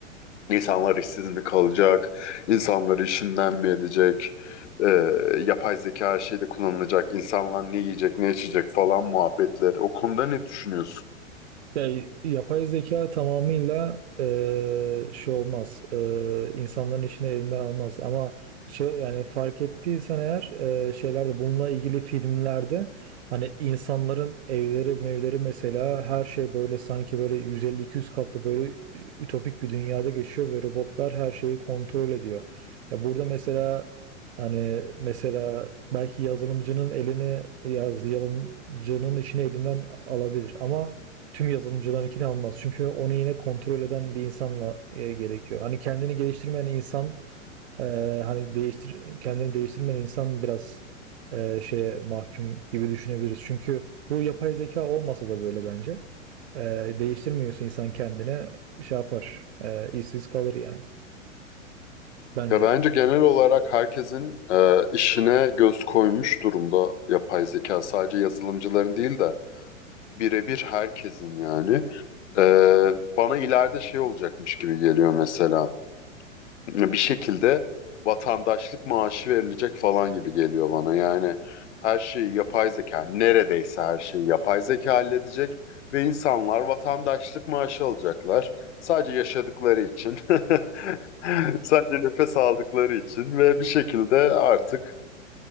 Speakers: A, on the left; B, on the right.
A: İnsanlar işsiz mi kalacak? İnsanları işinden mi edecek? Ee, yapay zeka her şeyde kullanılacak. İnsanlar ne yiyecek, ne içecek falan muhabbetleri. O konuda ne düşünüyorsun?
B: Ya, yapay zeka tamamıyla eee şey olmaz. Eee, insanların işini elinden almaz. Ama şu yani fark ettiysen eğer eee, şeylerde bununla ilgili filmlerde hani insanların evleri mevleri mesela her şey böyle sanki böyle yüz elli iki yüz katlı böyle ütopik bir dünyada geçiyor ve robotlar her şeyi kontrol ediyor. Ya burada mesela Hani mesela belki yazılımcının elini yaz yazılımcının işini elinden alabilir ama tüm yazılımcılarınkini almaz. Çünkü onu yine kontrol eden bir insanla e, gerekiyor. Hani kendini geliştirmeyen insan e, hani değiştir kendini değiştirmeyen insan biraz e, şeye mahkum gibi düşünebiliriz. Çünkü bu yapay zeka olmasa da böyle bence. E, değiştirmiyorsa insan kendine şey yapar. E, işsiz kalır yani. Bence.
A: Ya bence genel olarak herkesin e, işine göz koymuş durumda yapay zeka. Sadece yazılımcıların değil de birebir herkesin yani. Ee, bana ileride şey olacakmış gibi geliyor mesela. bir şekilde vatandaşlık maaşı verilecek falan gibi geliyor bana. Yani her şeyi yapay zeka, neredeyse her şeyi yapay zeka halledecek ve insanlar vatandaşlık maaşı alacaklar. Sadece yaşadıkları için, <laughs> sadece nefes aldıkları için ve bir şekilde artık